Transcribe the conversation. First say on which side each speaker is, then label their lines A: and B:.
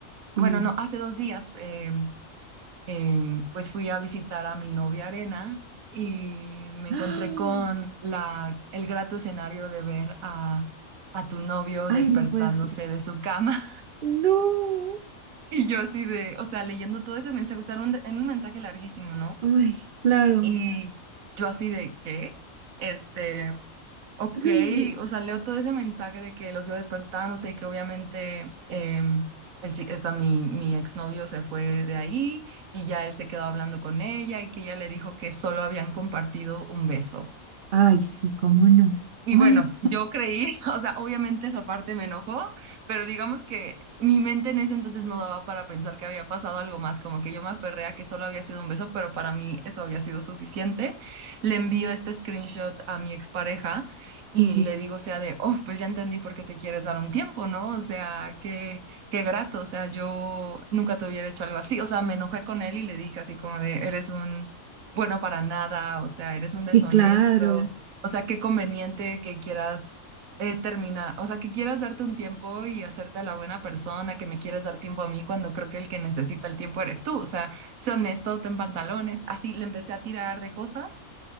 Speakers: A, on the right; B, on the right.
A: sí.
B: bueno, no, hace dos días, eh, em, pues fui a visitar a mi novia Arena y me
A: ¡Ah!
B: encontré con
A: <gasps>
B: la, el grato escenario de ver a, a tu novio
A: Ay,
B: despertándose
A: no puede ser.
B: de su cama
A: No.
B: <laughs> y yo así de, o sea, leyendo todo ese mensaje, o sea, era un, era un mensaje larguísimo, ¿no?
A: Ay, claro.
B: Y yo así de, ¿qué? Este, Ok,
A: Ay, no.
B: o sea, leo todo ese mensaje de que los iba despertando, sé que obviamente em, el, chi- o sea, mi, mi exnovio se fue de ahí y ya él se quedó hablando con ella y que ella le dijo que solo habían compartido un beso.
A: Ay, sí, cómo no.
B: Y
A: Ay,
B: bueno, yo creí, <laughs> o sea, obviamente esa parte me enojó, pero digamos que mi mente en ese entonces no daba para pensar que había pasado algo más, como que yo me aferré a que solo había sido un beso, pero para mí eso había sido suficiente. Le envío este screenshot a mi expareja y
A: sí, sí,
B: le digo, o sea, de, oh, pues ya entendí por qué te quieres dar un tiempo, ¿no? O sea, qué, qué grato, o sea, yo nunca te hubiera hecho algo así, o sea, me enojé con él y le dije así como de, eres un bueno para nada, o sea, eres un deshonesto,
A: sí, claro.
B: o sea, qué conveniente que quieras eh, terminar, o sea, que quieras darte un tiempo y hacerte la buena persona, que me quieres dar tiempo a mí cuando creo que el que necesita el tiempo eres tú. O sea, sé honesto, ten pantalones. Así le empecé a tirar de cosas